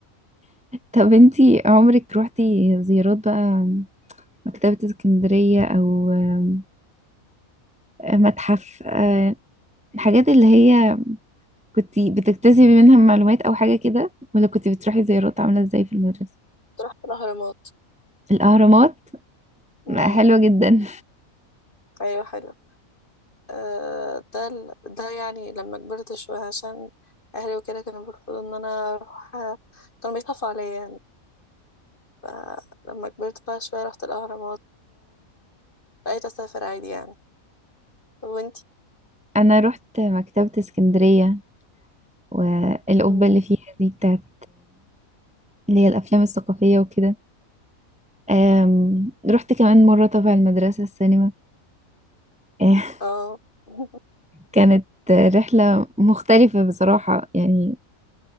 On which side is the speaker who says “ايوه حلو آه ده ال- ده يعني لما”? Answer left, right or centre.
Left